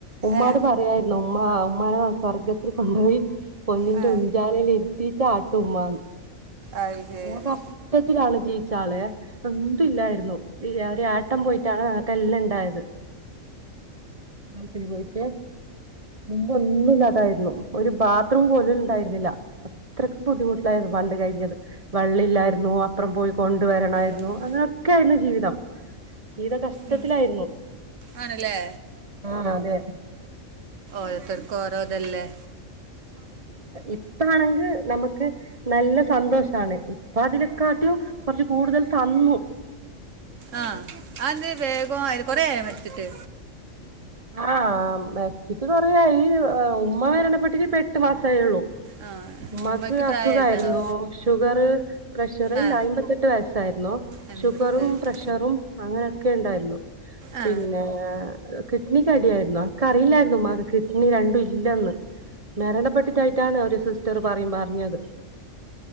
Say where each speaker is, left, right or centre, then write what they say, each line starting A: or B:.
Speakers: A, on the right; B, on the right.
A: ഉമ്മാട്
B: ഏ
A: പറയായിരുന്നു ഉമ്മാ ഉമ്മാനെ സ്വർഗ ത്തിൽ കൊണ്ടോയി പൊന്നിന്റെ
B: ആ
A: ഉഞ്ചാലയിൽ ഇരുത്തീട്ട് ആട്ട് ഉമ്മാന്ന്
B: അത് ശരി
A: കഷ്ടത്തിലാണ് ജീവിച്ചാളെ എന്തും ഇല്ലായിരുന്നു ഒരു ഏട്ടൻ പോയിട്ടാണ് നങ്ങക്ക് എല്ലാം ഉണ്ടായത് നൗത്തിരി പോയിട്ട് മുമ്പ് ഒന്നുമല്ലാതായിരുന്നു ഒരു ബാത്റൂം പോലും ഇണ്ടായിരുന്നില്ല അത്രക്ക് ബുദ്ധിമുട്ടിലായിരുന്നു പണ്ട് കഴിഞ്ഞത് വെള്ളല്ലായിരുന്നു അപ്പറം പോയി കൊണ്ടുവരണായിരുന്നു അങ്ങനെയൊക്കെ
B: ഉം.
A: ആയിരുന്നു ജീവിതം ജീവിതം കഷ്ടത്തിലായിരുന്നു
B: ഉം. ആണല്ലേ
A: ആ അതെ
B: ഓരോത്തർക്ക് ഓരോതല്ലേ
A: ഇപ്പളാണെങ്ക് നമുക്ക് നല്ല സന്തോഷാണ് ഇപ്പൊ അതിനെകാട്ടിം കുറച്ച് കൂടുതൽ തന്നു
B: ആ അത് എന്ത് വേഗം കുറേ ആയ ട്ട്
A: ആ ഇത് കൊറയായി ഉമ്മ മരണപ്പെട്ടിട്ട് ഇപ്പ എട്ട് മാസെ ആയുള്ളൂ
B: ആ
A: ഉമ്മക്ക്
B: ഉമ്മയ്ക്ക് പ്രായമായിട്ടാണോ
A: അസുഖായിരുന്നോ ഷുഗർ പ്രഷറിൽ
B: ആ
A: അയിമ്പത്തെട്ട് വയസ്സായിരുന്നോ
B: എൺപത്തെട്ട്
A: ഷുഗറും
B: വയസ്സ്
A: പ്രഷറും അങ്ങനെ ഒക്കെ ഉണ്ടായിരുന്നു
B: ആ
A: പിന്നെ കടിയായിരുന്നോ കറിയില്ലായിരുന്നു ഉമ്മാക് കിഡ് ഇനി രണ്ടും ഇല്ലന്ന് മരണപ്പെട്ടിട്ടായിട്ടാണ് ഒരു സിസ്റ്റർ പറയും പറഞ്ഞത്